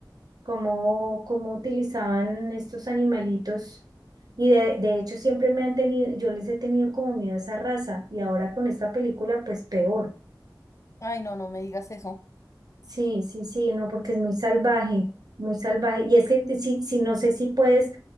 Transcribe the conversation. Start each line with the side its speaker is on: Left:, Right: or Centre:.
Right: cómo, cómo utilizaban estos animalitos. Y de, de hecho siempre me han tenido, yo les he tenido como miedo a esa raza y ahora con esta película pues peor.
Left: ay, no, no me digas eso.
Right: Sí, sí, sí, no, porque es muy salvaje, muy salvaje. Y es que te- sí, sí, no sé si puedes